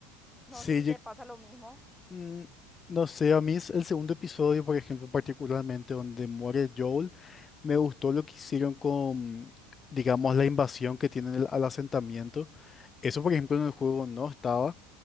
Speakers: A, in the centre; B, on the left.
A: No
B: sí,
A: sé si te pasa lo mismo.
B: Mm, No sé, a mí es el segundo episodio, por ejemplo, particularmente donde muere Joel, me gustó lo que hicieron con, digamos, la invasión que tienen el- al asentamiento. Eso, por ejemplo, en el juego no estaba